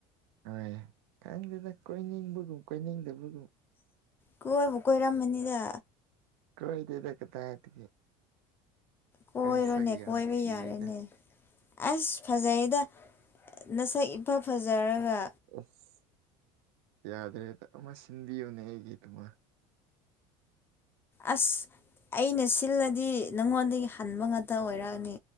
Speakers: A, on the right; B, on the left.
A: ꯍꯣꯏ ꯈꯪꯗꯅ ꯀꯣꯏꯅꯤꯡꯕꯒꯨꯝ ꯀꯣꯏꯅꯤꯡꯗꯕ
B: ꯀꯣꯏꯕꯨ ꯀꯣꯏꯔꯝꯕꯅꯤꯗ
A: ꯀꯣꯏꯗꯔ ꯀ ꯇꯥꯏꯒꯦ
B: ꯀꯣꯏꯔꯣꯅꯦ
A: ꯀꯩꯁꯥ ꯀ ꯌꯥ
B: ꯀꯣꯏꯕ
A: ꯆꯗ
B: ꯌꯥꯔꯦꯅꯦ ꯑꯁ ꯐꯖꯩꯗ ꯅꯁꯛ ꯏꯐ ꯐꯖꯔꯒ
A: ꯑꯁ ꯌꯥꯗ꯭ꯔꯦꯗ ꯑꯃ ꯁꯤꯟꯕꯤꯌꯨꯅꯦ ꯑꯩꯒꯤꯗꯨꯃ
B: ꯑꯁ ꯑꯩꯅ ꯁꯤꯜꯂꯗꯤ ꯅꯪꯉꯣꯟꯗꯒꯤ ꯍꯟꯕ ꯉꯥꯛꯇ ꯑꯣꯏꯔꯛꯑꯅꯤ